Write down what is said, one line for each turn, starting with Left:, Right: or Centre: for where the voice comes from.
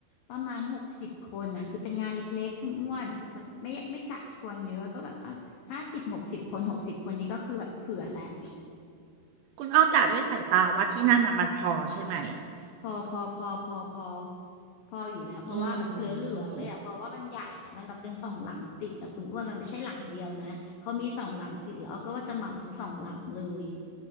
Left: ประมาณหกสิบคนนะคือเป็นงานเล็กๆคุณอ้วนแบบไม่ไม่กะทวนเยอะก็แบบอ่ะห้าสิบหกสิบคนหกสิบคนนี้ก็คือแบบเผื่อแล้ว
Right: คุณอ้อกะด้วยสายตาว่าที่นั่นน่ะมันพอใช่ไหม
Left: พอพอพอพอพอพออยู่แล้วเพราะว่าแบบเหลือๆเลยอ่ะเพราะว่ามันใหญ่อ่ะมันแบบเป็นสองหลังติดแต่คุณอ้วนมันไม่ใช่หลังเดียวนะเขามีสองหลังติดแล้วก็ว่าจะเหมาทั้งสองหลังเลย
Right: อืม